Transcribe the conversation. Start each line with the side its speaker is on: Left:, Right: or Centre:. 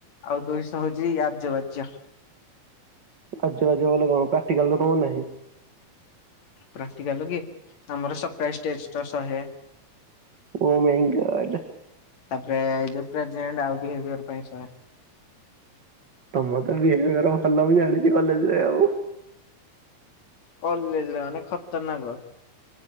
Left: ଆଉ ଦୁଇଶହ ହଉଛି ଆଯ୍ୟ ବାଜ୍ୟ।
Right: ଆଜ୍ୟ ବାଜ୍ୟ ମାନେ କଣ ପ୍ରାକ୍ଟିକାଲ ତ ତମର ନାହିଁ।
Left: ପ୍ରାକ୍ଟିକାଲ କି ଆମର ସପ୍ରାଇଜ ଟେଷ୍ଟ ଶହେ।
Right: ଓ ମାଇଁ ଗଡ।
Left: ତାପରେ ଏଇ ଯୋଉ ପ୍ରେଜେଣ୍ଟ ଆଉ ବିହେବିଅର ପାଇଁ ଶହେ।
Right: ତମର ତ ବିହେବିୟର ଭଲ ମୁଁ ଜାଣିଛି କଲେଜରେ ଆଉ।
Left: କଲେଜରେ ମାନେ ଖତରନାକ